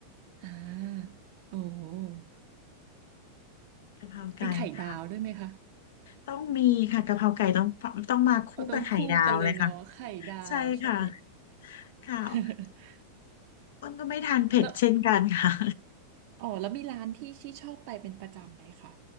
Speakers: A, on the right; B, on the left.
A: อ่าโอ้
B: กะเพราไก่ค่ะ
A: เป็นไข่ดาวด้วยไหมคะ
B: ต้องมีค่ะกะเพราไก่ต้องต้องมาคู่กับไข่ดาวเลยค่ะ
A: เอาต้องคู่กันเลยเนาะไข่ดาวใช่
B: ใช่ค่ะค่ะ
A: <laughs>
B: อ้นก็ไม่ทานเผ็ดเช่นกันค่ะ
A: แล้วอ๋อแล้วมีร้านที่ชี่ชอบไปเป็นประจำไหมคะ